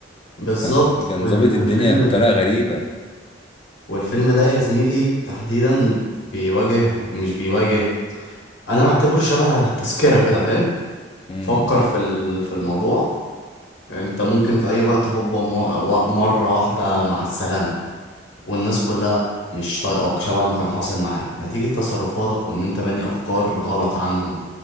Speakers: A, on the left; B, on the left.
A: بالظبط
B: كان كان
A: وال...
B: ظابط
A: والفيلم
B: الدنيا بطريقه غريبه
A: والفيلم ده يا زميلي تحديدا بيواجه مش بيواجه انا معتبره شبه تذكرة كده فاهم
B: امم
A: فكر في ال- في الموضوع انت ممكن في اي وقت هوبا مو- وا- مرة واحدة مع السلامة والناس كلها مش طايقاك شبه ما كان حاصل معاه نتيجة تصرفاتك وان انت باني افكار غلط عنهم